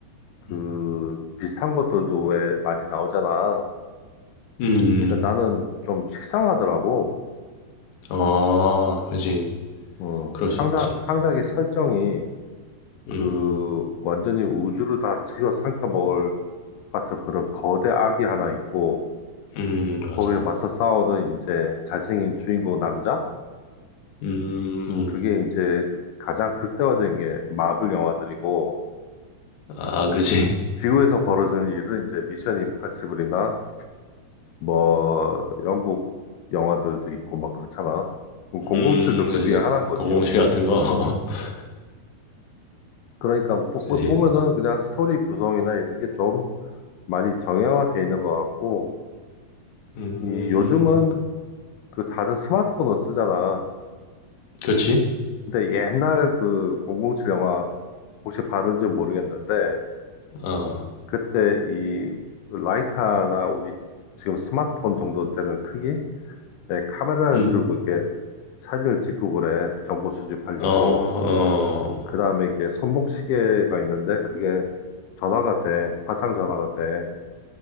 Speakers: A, on the left; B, on the left.
A: 그
B: 음.
A: 비슷한 것들도 왜 많이 나오잖아.
B: 음
A: 그러니까 나는 좀 식상하더라고.
B: 아 그지.
A: 어,
B: 그럴 수
A: 항상,
B: 있지.
A: 항상 이게 설정이
B: 음.
A: 그 완전히 우주를 다 집어 삼켜 먹을 것 같은 그런 거대 악이 하나 있고
B: 음 맞아.
A: 거기에 맞서 싸우는 이제 잘생긴 주인공 남자?
B: 음.
A: 음, 그게 이제 가장 극대화된 게 마블 영화들이고,
B: 아 그지.
A: 지구에서 벌어지는 일은 이제 미션 임파서블이나 뭐, 영국 영화들도 있고 막 그렇잖아. 007도
B: 음
A: 그
B: 그지
A: 중에
B: 그지.
A: 하나인 거지요.
B: 공공칠 같은 거. <laughs>
A: 그러니까 보,
B: 그지.
A: 보면은 그냥 스토리 구성이나 이런 게 좀 많이 정형화돼 있는 것 같고,
B: 음.
A: 이 요즘은 그 다들 스마트폰을 쓰잖아.
B: 그렇지.
A: 근데 옛날 그 007 영화 혹시 봤는지 모르겠는데,
B: 어.
A: 그때 이 라이터나 우리 지금 스마트폰 정도 되는 크기의 카메라를
B: 음.
A: 들고 이렇게 사진을 찍고 그래. 정보 수집하려고.
B: 어 어.
A: 그 다음에 이게 손목시계가 있는데 그게 전화가 돼. 화상 전화가 돼.